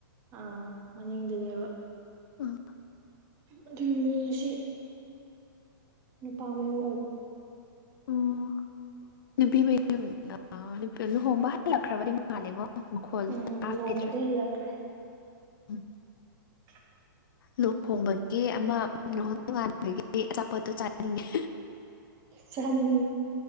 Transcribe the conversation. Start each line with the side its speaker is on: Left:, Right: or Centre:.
Right: ꯑꯥ ꯃꯅꯤꯡꯗꯥꯅꯦꯕ
Left: ꯑꯣ
Right: ꯑꯗꯨꯅꯦ ꯉꯁꯤ ꯅꯨꯄꯥ ꯃꯌꯨꯝ ꯑꯣꯏꯕ
Left: ꯑꯣ ꯅꯨꯄꯤ ꯃꯌꯨꯝ ꯂꯨꯍꯣꯡꯕ ꯍꯜꯂꯛꯈ꯭ꯔꯕꯗꯤ ꯃꯥꯜꯂꯦꯉꯣ ꯃꯈꯣꯜ
Right: ꯎꯝ
Left: ꯇꯥꯈꯤꯗ꯭ꯔꯦ
Right: ꯂꯨꯍꯣꯡꯕꯗꯩ ꯍꯜꯂꯛꯈ꯭ꯔꯦ
Left: ꯑꯝ
Right: <inaudible>
Left: ꯂꯨꯍꯣꯡꯕꯒꯤ ꯑꯃꯥ ꯂꯨꯍꯣꯡ ꯅꯣꯡꯉꯥꯟꯕꯒꯤ ꯑꯆꯥꯄꯣꯠꯇꯣ ꯆꯥꯅꯤꯡꯉꯦ
Right: ꯆꯅꯤꯡꯏ